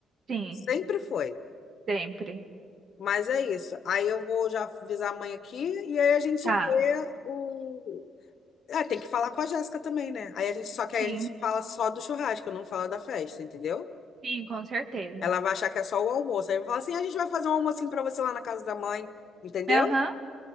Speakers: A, on the right; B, on the left.
A: Sim,
B: Sempre foi.
A: sempre.
B: Mas é isso. Aí eu vou já avisar a mãe aqui e aí a gente
A: Tá.
B: vê o É, tem que falar com a Jéssica também, né? Aí a gente, só que aí
A: Sim,
B: a gente fala só do churrasco, não fala da festa, entendeu?
A: sim, com certeza.
B: Ela vai achar que é só o almoço. Aí vai falar assim, a gente vai fazer um almocinho pra você lá na casa da mãe, entendeu?
A: Aham.